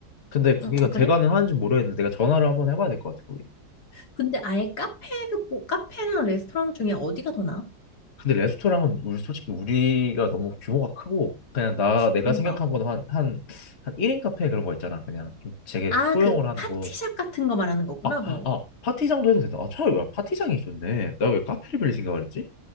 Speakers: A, on the left (about 40°); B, on the left (about 60°).
A: 근데 거기가
B: 응, 아, 그래?
A: 대관을 하는지 모르겠는데 내가 전화를 한번 해봐야 될 것 같아 거기.
B: 근데 아예 카페, 그, 뭐, 카페랑 레스토랑 중에 어디가 더 나아?
A: 근데 레스토랑은 우리 솔직히 우리가 너무 규모가 크고 그냥 나 내가
B: 그런가?
A: 생각한 건 한 한 한 1인 카페 그런 거 있잖아. 그냥 좀 되게
B: 아,
A: 소형을
B: 그
A: 하는
B: 파티샵
A: 곳.
B: 같은 거 말하는 거구나,
A: 아,
B: 너.
A: 아, 파티장도 해도 되다. 아, 차라리 왜 파티장이 있었네. 나 왜 카페를 빌릴 생각을 했지?